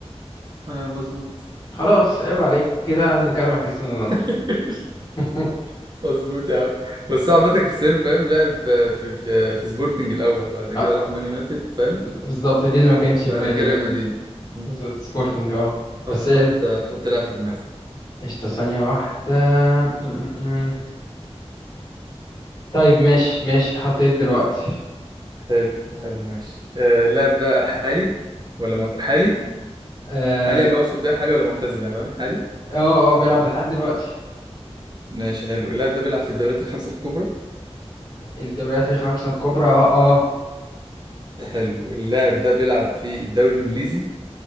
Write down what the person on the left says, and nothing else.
خلاص عيب عليك كده نتكلم عن كريستيانو رونالدو
<laughs>
آه،
ب- بالظبط دي اللي ما كانتش في
بالي
اه
بالظبط سبورتنج اه
بس
ايه
قشطة ثانية واحدة م- م- م. طيب ماشي ماشي حطيت دلوقتي
اه
اه آه، بيلعب لحد دلوقتي
الدوريات الخمسة الكبرى اه آه.